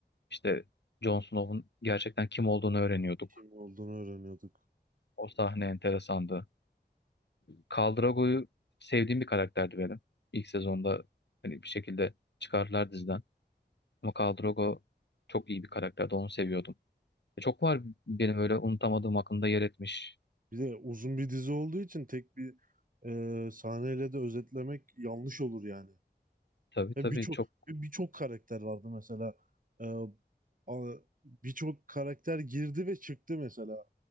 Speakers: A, on the left; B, on the right.
A: İşte Jon Snow'un gerçekten kim olduğunu öğreniyorduk.
B: kim olduğunu öğreniyorduk.
A: O sahne enteresandı. Khal Drogo'yu sevdiğim bir karakterdi benim. İlk sezonda hani bir şekilde çıkardılar diziden. Ama Khal Drogo çok iyi bir karakterdi. Onu seviyordum. E, çok var benim öyle unutamadığım aklımda yer etmiş.
B: Bir de uzun bir dizi olduğu için tek bir e, sahneyle de özetlemek yanlış olur yani.
A: Tabii tabii
B: Ve birçok
A: çok.
B: ve birçok karakter vardı mesela. E, a- birçok karakter girdi ve çıktı mesela.